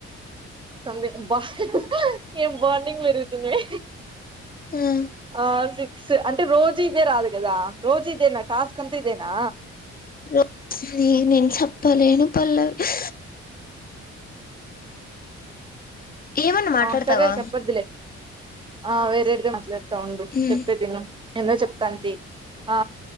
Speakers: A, on the right (about 15°); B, on the left (about 30°).
A: సంథింగ్ బా ఏం బాండింగ్ పెరుగుతున్నయి.
B: ఉమ్
A: ఆ సి క్స్ అంటే రోజు ఇదే రాదు కదా రోజు ఇదేనా టాస్కు అంత ఇదేనా.
B: రోజు నేను చెప్పలేను పల్లవి. ఏమన్నా మాట్లాడతావా.
A: ఆ, సరే చెప్పద్దులే ఆ వేరే <inaudible> గా మాట్లాడు. సౌండు
B: ఉమ్
A: చెప్పేది ఇను ఎందో చెప్ప తంతి ఆ